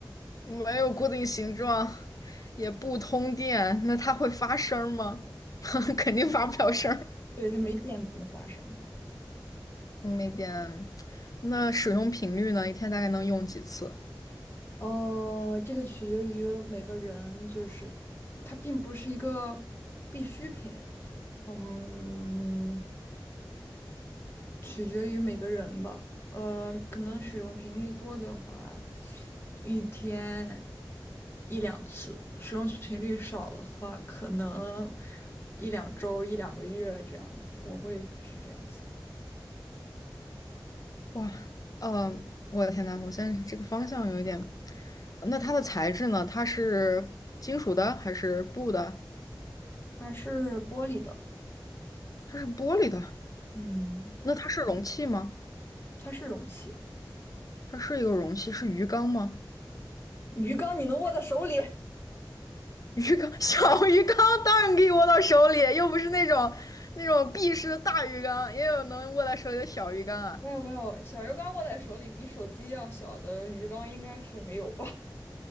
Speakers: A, on the left; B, on the left.
A: 没有固定形状，也不通电，那它会发声儿吗？<laughs> 肯定发不了声儿。
B: 对，它没电怎么发生。
A: 嗯没电，那使用频率呢？一天大概能用几次？
B: 哦，这个取决于每个人，就是它并不是一个必需品，嗯，取决于每个人吧。呃，可能使用频率多的话，一天一两次；使用频率少的话，可能一两周、一两个月这样子。我会是这样想。
A: 哇，嗯、我的天呐，我现在这个方向有一点。那它的材质呢？它是金属的还是布的？
B: 它是玻璃的，
A: 它是玻璃的。
B: 嗯，
A: 那它是容器吗？
B: 它是容器。
A: 它是一个容器，是鱼缸吗？
B: 鱼缸你能握在手里？
A: 鱼缸，<laughs> 小鱼缸当然可以握到手里，又不是那种那种闭式的大鱼缸，也有能握在手里的小鱼缸啊。
B: 没有没有，小鱼缸握在手里比手机要小的鱼缸应该是没有吧？<laughs>